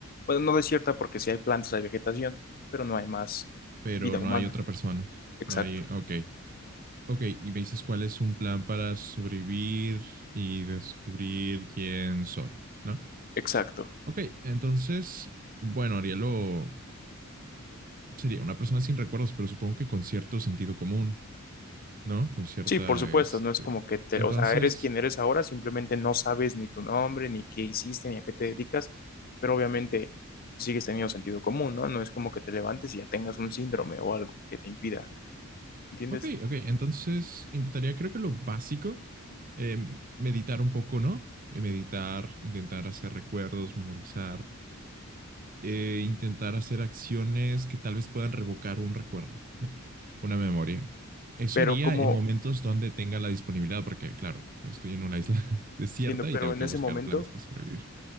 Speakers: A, on the left; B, on the right.
A: Bueno, no desierta porque sí hay plantas, hay vegetación, pero no hay más
B: Pero
A: vida
B: no
A: humana.
B: hay otra persona,
A: Exacto,
B: no hay, ok. Ok, y me dices cuál es un plan para sobrevivir y descubrir quién soy, ¿no?
A: exacto.
B: Ok, entonces, bueno, Arielo sería una persona sin recuerdos, pero supongo que con cierto sentido común, ¿no? Con cierta,
A: Sí, por supuesto,
B: este...
A: no es como que te,
B: Entonces,
A: o sea, eres quien eres ahora, simplemente no sabes ni tu nombre, ni qué hiciste, ni a qué te dedicas, pero obviamente sigues teniendo sentido común, ¿no? No es como que te levantes y ya tengas un síndrome o algo que te impida, ¿entiendes?
B: ok, ok, entonces intentaría, creo que lo básico, eh, meditar un poco, ¿no? Eh, Meditar, intentar hacer recuerdos, memorizar, eh, intentar hacer acciones que tal vez puedan revocar un recuerdo, ¿no? Una memoria. Eso
A: Pero
B: haría
A: como,
B: en momentos donde tenga la disponibilidad, porque claro, estoy en una isla <laughs> desierta
A: entiendo, pero
B: y tengo
A: en
B: que
A: ese
B: buscar
A: momento,
B: planes para sobrevivir.